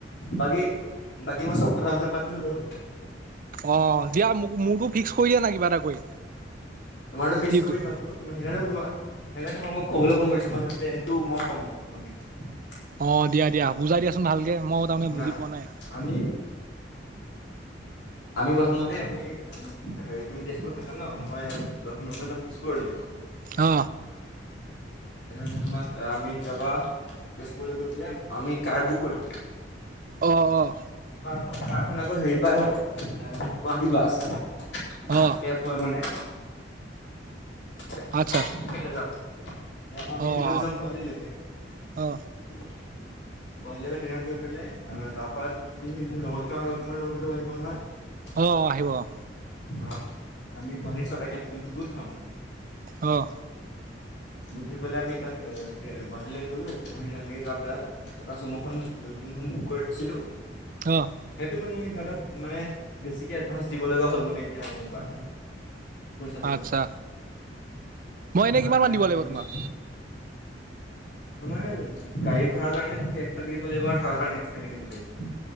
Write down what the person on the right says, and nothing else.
অ, দিয়া মোক মোৰো ফিক্স কৰি দিয়া নাই কিবা এটা কৰি।
ট্ৰিপটোত
অ দিয়া দিয়া বুজাই দিয়াচোন ভালকে মই তাৰমানে
বুজি পোৱা নাই।
অ।
অহ অহ
অ
আচ্ছা
অ
অ
অ
অ অ আহিব অঁ।
অ'।
অ'।
আচ্ছা মই এনেই
কিমান মান দিব
লাগিব তোমাক।